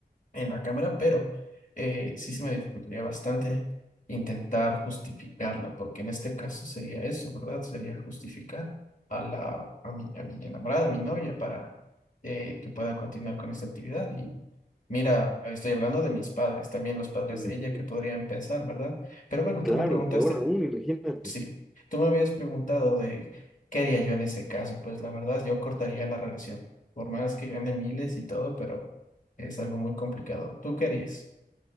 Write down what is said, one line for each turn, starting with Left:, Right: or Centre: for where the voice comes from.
Left: en la cámara, pero eh, sí se me dificultaría bastante intentar justificarla, porque en este caso sería eso, ¿verdad? Sería justificar a la, a mi, a mi enamorada, a mi novia, para eh, que pueda continuar con esta actividad. Y mira, estoy hablando de mis padres, también los padres
Centre: Ujú.
Left: de ella que podrían pensar, ¿verdad? Pero bueno,
Centre: Claro,
Left: tú me preguntaste
Centre: peor aún, imagínate.
Left: Sí, tú me habías preguntado de qué haría yo en ese caso. Pues la verdad, yo cortaría la relación, por más que gane miles y todo, pero es algo muy complicado. ¿Tú qué harías?